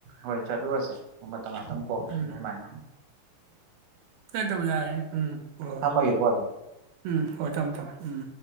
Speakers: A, on the right; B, on the right.
A: ꯍꯣꯏ ꯆꯠꯂꯨꯔꯁꯦ ꯃꯇꯝꯇꯪ ꯉꯥꯛꯇꯪ ꯀꯣ
B: ꯎꯝ
A: ꯑꯗꯨꯃꯥꯏꯅ
B: ꯇꯧꯕ ꯌꯥꯔꯦ ꯎꯝ ꯍꯣꯏ ꯍꯣꯏ
A: ꯊꯝꯃꯒꯦꯀꯣ ꯑꯗꯨꯗꯤ
B: ꯎꯝ ꯍꯣꯏ ꯊꯝ ꯊꯝ ꯎꯝ